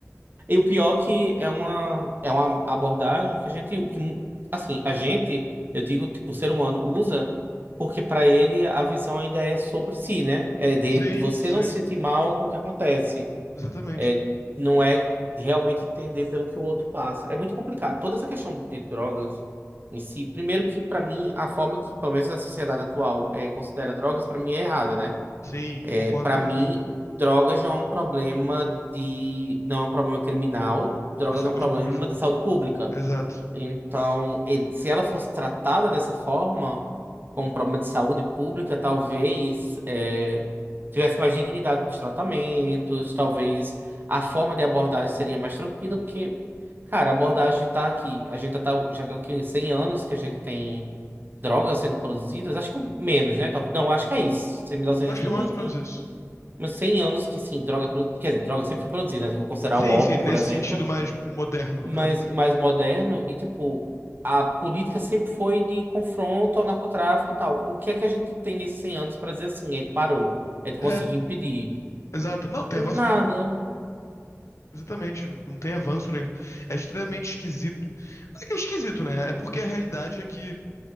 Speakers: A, on the right (about 40°); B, on the left (about 65°).
A: E o pior que é uma, é uma abordagem que a gente, que, assim, a gente, eu digo, tipo, o ser humano usa porque para ele a visão ainda é sobre si, né? É de
B: Sim,
A: você
B: sim.
A: não se sentir mal com o que acontece.
B: Exatamente.
A: É, não é realmente entender pelo que o outro passa. É muito complicado. Toda essa questão de drogas em si, primeiro que para mim a forma que, pelo menos na sociedade atual, é, considera drogas, para mim é errada, né?
B: Sim,
A: É,
B: concordo
A: para
B: plenamente.
A: mim, drogas não é um problema de, não é um problema criminal, drogas
B: É saúde
A: é um problema
B: pública.
A: de saúde pública.
B: Exato.
A: Então, ele- se ela fosse tratada dessa forma, como um problema de saúde pública, talvez é, tivesse mais dignidade para os tratamentos, talvez a forma de abordagem seria mais tranquila, porque, cara, a abordagem está aqui. A gente já tá, já tá aqui em 100 anos que a gente tem drogas sendo produzidas, acho que menos, né? Tal- Não, acho que é isso. mil novecentos
B: Acho
A: e vinte
B: que é mais ou menos isso.
A: mas 100 anos que, assim, droga... é produ- Quer dizer, droga sempre foi produzida, né? Se eu for considerar
B: Sim,
A: o OP,
B: sim, nesse
A: por exemplo,
B: sentido mais moderno, no
A: mas
B: caso, né?
A: mais moderno. E, tipo, a política sempre foi de confronto ao narcotráfico e tal. O que é que a gente tem nesses 100 anos para dizer assim? Ele parou. Ele conseguiu
B: É,
A: impedir.
B: exato. Não, não tem avanço
A: Nada.
B: nenhum. Exatamente, não, não tem avanço nenhum. É extremamente esquisito. Mas é que é esquisito, né? É porque a realidade é que